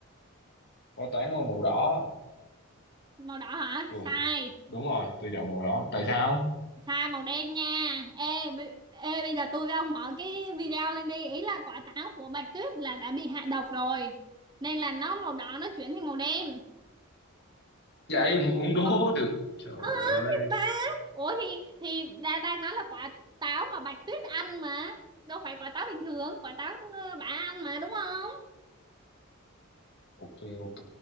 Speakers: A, on the left; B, on the right.
A: quả táo là màu đỏ
B: Màu đỏ hả?
A: Ừ,
B: Sai,
A: đúng rồi, tôi chọn màu đỏ. Tại sao?
B: sai màu đen nha. Ê, b- ê bây giờ tôi với ông mở cái video lên đi, ý là quả táo của Bạch Tuyết là đã bị hạ độc rồi. Nên là nó màu đỏ nó chuyển thành màu đen.
A: vậy mà cũng đố
B: Ông
A: được trời
B: ừ,
A: ơi
B: thì ba. Ủa thì thì đang đang nói là quả táo mà Bạch Tuyết ăn mà. Đâu phải quả táo bình thường, quả táo ờ, bà ăn mà đúng không?
A: Ok, ok,